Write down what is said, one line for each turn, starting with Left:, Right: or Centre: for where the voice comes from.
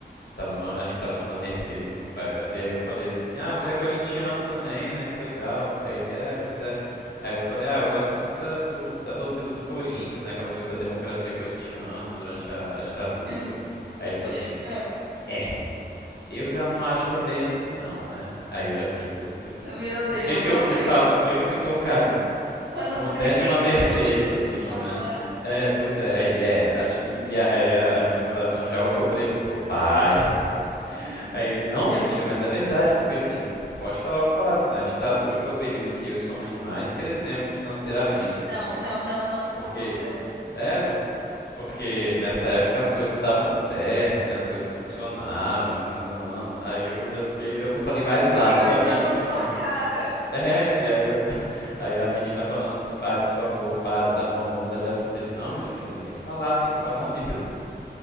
Left: Tava numa- a gente tava tipo na Mercedes, assim, do pai dela, e aí eu falei assim, ah,
Right: Caraca.
Left: você é corintiano também, né? Que legal. Aí ele, é, pois é. Aí eu falei, ah, eu gosto muito da, do- da torcida do Corinthians, né? Aquela coisa da democracia corintiana durante a, a ditadura.
Right: <laughs>
Left: Aí ele falou assim,
Right: É.
Left: é. Eu já não acho que é bem assim não, né? Aí eu já fiquei, puta que...
Right: Meu
Left: pa-
Right: Deus,
Left: Por que que
Right: lá
Left: eu fui
Right: vem.
Left: falar? Por que que eu fui tocar nisso?
Right: Quando
Left: Num-
Right: você se
Left: dentro
Right: arrepende
Left: de uma Mercedes,
Right: no mesmo minuto
Left: assim,
Right: que falou,
Left: né?
Right: né?
Left: É, pois é.
Right: Ah.
Left: Aí Ele é, acho que. E a, aí a, a menina que eu tava ficando já olhou pra ele assim e falou, pai. <laughs> Aí ele, não, minha filha, mas é verdade, porque assim, pode falar o que falar, assim, na ditadura foi o período que eu e sua mãe mais crescemos financeiramente, assim,
Right: Não, não, não, não, você não
Left: porque.
Right: tá falando sério.
Left: É, por- porque nessa época as coisas davam certo, né? As coisas funcionavam, e não, não, não. Aí eu já fiquei. Eu não falei mais
Right: Eu
Left: nada,
Right: fico imaginando
Left: eu só fiquei em silêncio.
Right: a sua cara.
Left: É, e aí eu, Aí a menina falando assim, pai, por favor, para, tá bom, vamos mudar de assunto. Ele, não, minha filha, mas tem que falar, tem que falar mesmo. <laughs>